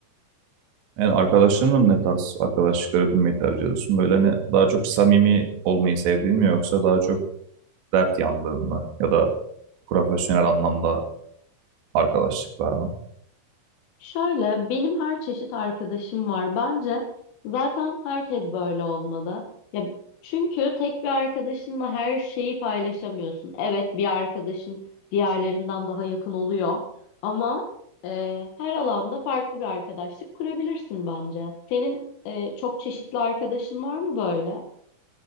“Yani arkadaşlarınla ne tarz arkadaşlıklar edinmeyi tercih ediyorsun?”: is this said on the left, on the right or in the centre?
Right